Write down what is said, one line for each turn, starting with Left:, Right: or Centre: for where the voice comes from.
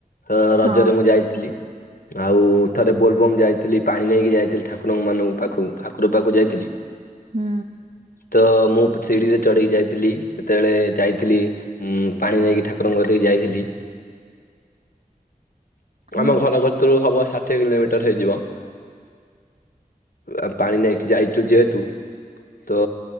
Left: ତ
Right: ହଁ
Left: ରଜରେ ମୁଁ ଯାଇଥିଲି। ଆଉ ଥରେ ବୋଲବମ୍ ଯାଇଥିଲି ପାଣି ନେଇକି ଯାଇଥିଲି ଠାକୁର ମାନଙ୍କ ପାଖକୁ ଠାକୁର ପାଖକୁ ଯାଇଥିଲି।
Right: ହୁଁ।
Left: ତ ମୁଁ ସିଢଡିିରେ ଚଢେଇକି ଯାଇଥିଲି ଯେତେବେଳେ ଯାଇଥିଲି। ଉଁ ପାଣି ନେଇକି ଠାକୁରଙ୍କ ଦେଇକି ଯାଇଥିଲି।
Right: ହଁ
Left: ଆମ ଘର ଘର ତରୁ ହବ ସା ଅଠ କିଲୋମିଟର ହେଇଯିବ ଆ ପାଣି ନେଇକି ଯାଇଛୁ ଯେହେତୁ ତ